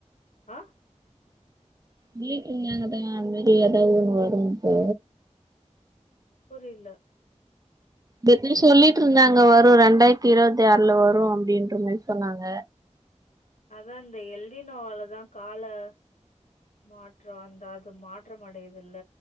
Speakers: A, on the left; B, on the right.
A: ஆ
B: ப்லீட்டூர் நாங்கதாங் அது மாரி எதாவது ஒன்னு வருன்ட்டு
A: புரில்ல
B: டெப்டி சொல்லிட் இருந்தாங்க வரு ரெண்டாயிரத்தி இருபத்தி ஆறுல வரு அப்டின்ற மாரி சொன்னாங்க
A: அதா இந்த எல்டி நோவாலதா கால மாற்ற அந்த அது மாற்ற அடையுதுல்ல